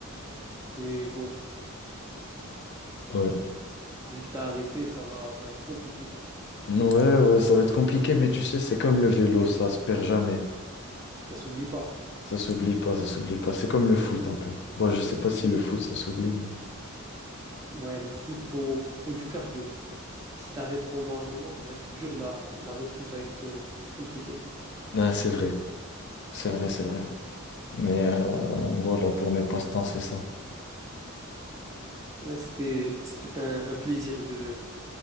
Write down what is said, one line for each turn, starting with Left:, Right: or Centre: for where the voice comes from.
Right: Mais bon,
Left: Ouais.
Right: vu que t'as arrêté, ça va, ça va être compliqué.
Left: Ouais, ouais, ça va être compliqué, mais tu sais, c'est comme le vélo, ça se perd jamais.
Right: Ça s'oublie pas.
Left: Ça s'oublie pas, ça s'oublie pas. C'est comme le foot un peu. Bon, je sais pas si le foot, ça s'oublie, mais...
Right: Ouais, le foot, faut, faut du cardio. Si t'arrêtes pendant un moment, ça va être dur, la, la reprise va être euh, compliquée.
Left: Ah, c'est vrai, c'est vrai, c'est vrai. Mais euh, voilà, pour mes passe-temps, c'est ça.
Right: Là, c'était, c'était un, un plaisir de,